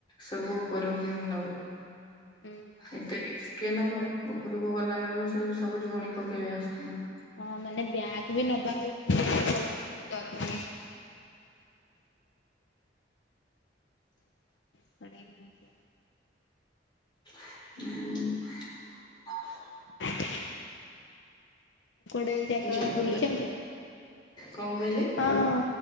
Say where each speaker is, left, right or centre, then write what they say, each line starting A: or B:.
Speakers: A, on the left; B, on the left.
A: ସବୁ ଉପରୁ ହିଁ ନଉ।
B: ହଁ
A: ଏତେ ରିସ୍କ କିଏ ନବ ଉପରକୁ ଗଲା ବେଳକୁ ସେ ସବୁ ଝୁଣି ପକେଇବେ ଆସିକିନି।
B: ହଁ ମାନେ ବ୍ୟାଗ୍ ବି ନବାକୁ <unintelligible> ଗଲାବେଳକୁ ଡର ଲାଗେ। <unintelligible> <unintelligible>
A: ହୁଁ
B: <unintelligible> କୁଆଡେ ଯାକ
A: ଜୋରନ୍ଦା
B: ବୁଲିଛନ୍ତି?
A: କଣ କହିଲେ?
B: ହଁ।